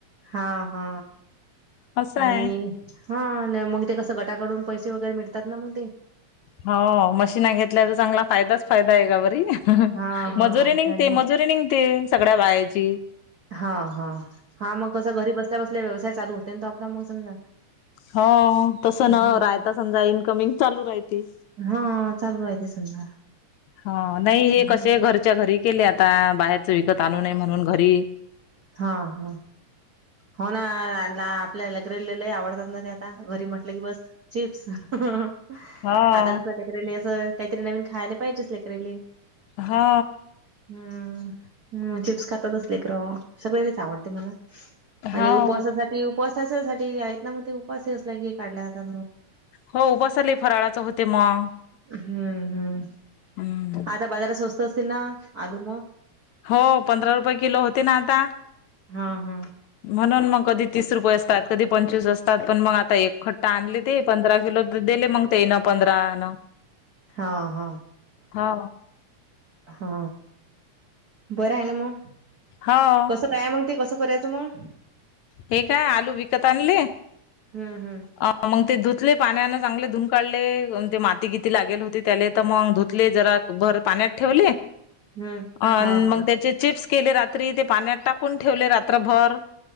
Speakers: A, on the right; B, on the left.
A: हा हा
B: असं
A: आणि
B: आहे
A: हा अन मग ते कसं गटाकडून पैसे वगैरे मिळतात ना मग ते
B: हो, मशीन घेतल्या तर चांगला फायदाच फायदा आहे एकापरी
A: हा हा
B: मजुरी
A: हाय
B: निघते
A: ना.
B: मजुरी निघते सगळ्या बायाची
A: हा हा हा मग कसं घरी बसल्या बसल्या व्यवसाय चालू होते तो आपला मग समजा
B: हो तसं
A: हम्म.
B: न रायता समजा इनकमिंग चालू राहती.
A: हा चालू आहे ते समजा.
B: हा नाही हे
A: हम्म
B: कसे घर च्या घरी केले आता बाहेरच विकत आणू नये म्हणून घरी
A: हा हा. हो ना आपल्या लेकराले लय आवडतात ना ते आता घरी म्हटलं की बस चिप्स आता
B: हा
A: कसं लेकरले असं काहीतरी नवीन खायला पाहिजेच लेकरले
B: हा.
A: हम्म हम्म चिप्स खातातच लेकर सगळ तेच आवडते मला
B: हो
A: आणि उपवासासाठी उपवासाच्यासाठी आहेत ना मग ते उपवास असल्या की काढल्या जातात मग
B: हो उपासाले फराळाचं होते मग
A: हम्म हम्म.
B: हम्म.
A: आता बाजारात स्वस्त असतील ना आलू म
B: हो, पंधरा रुपये किलो होते ना आता
A: हा हा.
B: म्हणून मग कधी तीस रुपये असतात, कधी पंचवीस असतात पण मग आता एक खट्टा आणले ते. पंधरा किलो तर दिले मग तेन पंधरान
A: हा हा.
B: हो
A: हा, बरं ये ना म
B: होव.
A: कसं काय आहे मग ते? कसं करायचं मग?
B: हे काय आलू विकत आणले?
A: हम्म हम्म
B: आ मग ते धुतले पाण्यान चांगले धुन काढले, अन ते मातीगीती लागेल होती त्याले तर मग धुतले जरा भर पाण्यात ठेवले
A: हम्म
B: अन
A: हा हा
B: मग त्याचे चिप्स केले रात्री, ते पाण्यात टाकून ठेवले रात्रभर.